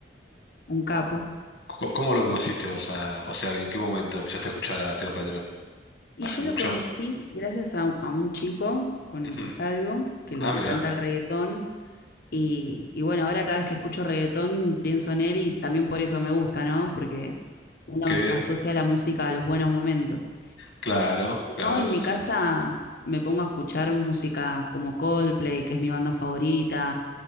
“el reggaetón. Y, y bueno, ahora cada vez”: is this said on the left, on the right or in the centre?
Left